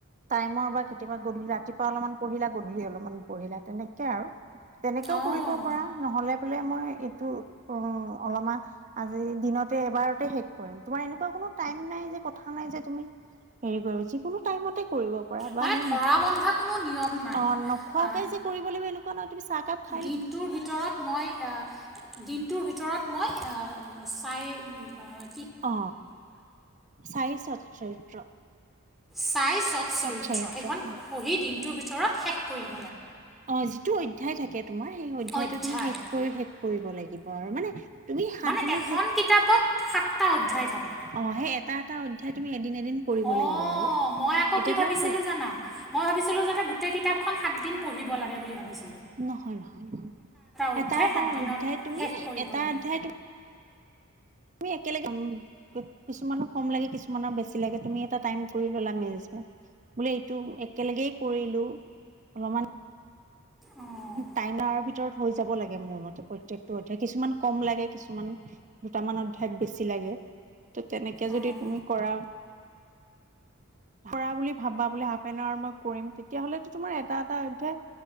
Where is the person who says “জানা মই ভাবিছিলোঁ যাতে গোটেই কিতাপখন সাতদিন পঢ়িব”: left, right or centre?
Centre